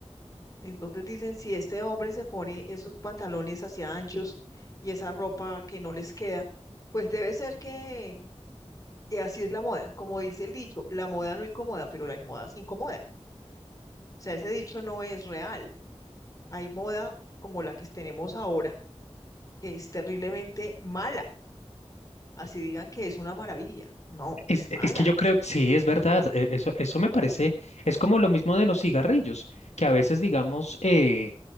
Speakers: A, on the left (about 30°); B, on the left (about 80°).
A: Entonces dicen, si este hombre se pone esos pantalones hacia anchos y esa ropa que no les queda, pues debe ser que que así es la moda. Como dice el dicho, la moda no incomoda, pero la moda sí incomoda. O sea, ese dicho no es real. Hay moda como la que tenemos ahora, que es terriblemente mala. Así digan que es una maravilla. No,
B: Es,
A: es
B: e,
A: mala.
B: es que yo creo que sí, es verdad. e- Eso, eso me parece, es como lo mismo de los cigarrillos, que a veces, digamos, eh,